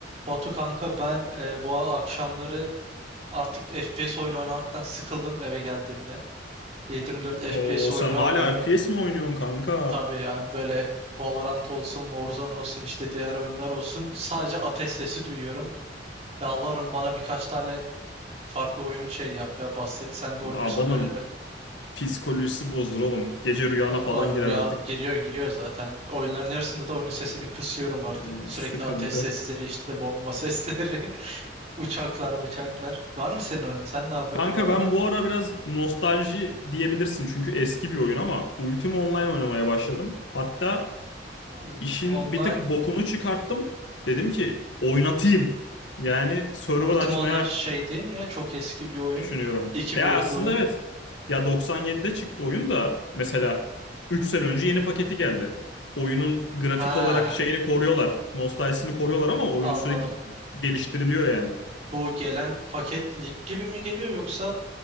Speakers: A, on the right; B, on the left.
A: Batu kanka ben e, bu akşamları artık FPS oyunu oynamaktan sıkıldım eve geldiğimde. 7/24 FPS
B: Oo
A: oyunu
B: sen hala
A: oynuyorum.
B: FPS mi oynuyorsun kanka?
A: Tabii yani böyle Valorant olsun, Warzone olsun işte diğer oyunlar olsun. Sadece ateş sesi duyuyorum. Yalvarırım bana birkaç tane farklı oyun şey yap ya bahset. Sen de oynuyorsundur
B: Adamın
A: elbet.
B: psikolojisi bozdur oğlum. Gece rüyana
A: Oğlum
B: falan girer
A: Rüya
B: artık.
A: giriyor giriyor zaten. Oyunların yarısında da oyunun sesini kısıyorum artık.
B: Hmm,
A: Sürekli
B: Sıkıntı.
A: ateş sesleri işte bomba sesleri. <laughs> Uçaklar uçaklar. Var mı senin oyunun? Sen ne yapıyorsun
B: Kanka
A: bu aralar?
B: ben bu ara biraz nostalji diyebilirsin çünkü eski bir oyun ama Ultima Online oynamaya başladım. Hatta
A: Ultima
B: işin
A: Online.
B: bir tık bokunu çıkarttım. Dedim ki oynatayım. Yani server
A: Ultima
B: açmaya
A: Online şey değil mi ya? Çok eski bir oyun.
B: düşünüyorum.
A: İki
B: Ya
A: boyutlu
B: aslında
A: oyun.
B: evet. Ya 97'de çıktı oyun da mesela 3 sene önce yeni paketi geldi. Oyunun grafik
A: Ha,
B: olarak şeyini koruyorlar. Nostaljisini koruyorlar ama oyun
A: anladım.
B: sürekli geliştiriliyor yani.
A: Bu gelen paket lig gibi mi geliyor yoksa